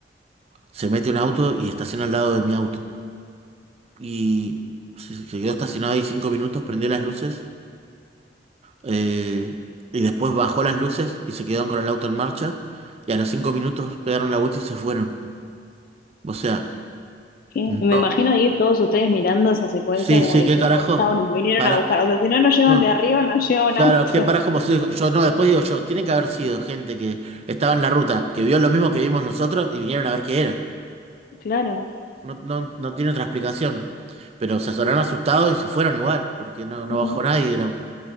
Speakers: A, on the right; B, on the left.
A: Se mete un auto y estaciona al lado de mi auto. Y se se quedó estacionado ahí cinco minutos, prendió las luces, eh, y después bajó las luces y se quedaron con el auto en marcha. Y a los cinco minutos pegaron la vuelta y se fueron. O sea,
B: ¿Qué?
A: no.
B: Me imagino ir todos ustedes mirando esa secuencia
A: Sí,
B: como
A: sí,
B: diciendo,
A: qué carajo.
B: chao, nos vinieron
A: Para.
B: a buscar. O sea, si no nos llevan
A: no.
B: de arriba, nos lleva un
A: Claro,
B: auto.
A: que parás
B: <laughs>
A: como soy yo, no, después digo yo, tiene que haber sido gente que estaba en la ruta, que vio lo mismo que vimos nosotros y vinieron a ver qué era.
B: Claro.
A: No, no, no tiene otra explicación. Pero se azoraron asustados y se fueron igual, porque no, no
B: Ujú.
A: bajó nadie del auto.